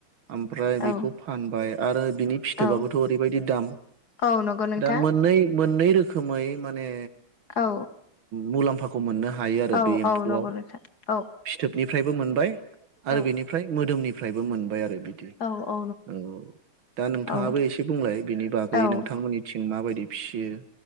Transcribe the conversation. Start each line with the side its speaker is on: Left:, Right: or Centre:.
Right: आमफ्राय बेखौ
Left: औ
Right: फानबाय आरो बिनि फिथोबाबोथ'
Left: औ
Right: ओरैबायदि दाम।
Left: औ नंगौ नोंथां
Right: दा मोननै मोननै रोखोमै माने
Left: औ
Right: मुलाम्फाखौ। मोननो हायो आरो
Left: औ
Right: बे एम्फौ,
Left: औ नंगौ नोंथां औ
Right: फिथोबनि फ्रायबो मोनबाय आरो
Left: औ
Right: बिनिफ्राय मोदोमनिफ्रायबो मोनबाय आरो बिदि।
Left: औ औ
Right: नंगौ दा नोंथाङाबो
Left: औ
Right: एसे बुंलाय बिनि बागै
Left: औ
Right: नोंथांमोननिथिं माबायदि। फिसियो